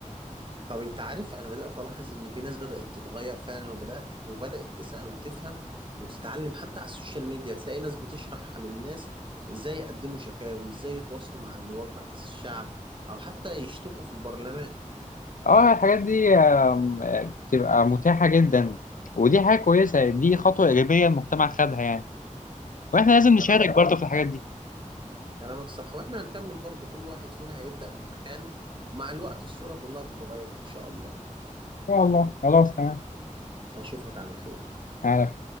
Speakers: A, on the right; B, on the left.
A: طب انت عارف انا بدأت الاحظ ان في ناس بدأت تتغير فعلا وبدأت وبدأت تسأل وتفهم وتتعلم حتى على السوشيال ميديا تلاقي ناس بتشرح للناس ازاي يقدموا شكاوي ازاي يتواصلوا مع نواب مجلس الشعب او حتى يشتكوا في البرلمان
B: اه الحاجات دي آم، آه، بتبقى متاحة جدا ودي حاجة كويسة دي خطوة إيجابية المجتمع خدها يعني واحنا لازم نشارك
A: كلامك
B: برضه في الحاجات دي
A: كلامك صح واحنا هنكمل برضو كل واحد فينا هيبدأ من مكانه ومع الوقت الصورة كلها تتغير ان شاء الله
B: إن شاء الله خلاص تمام
A: اشوفك على خير
B: على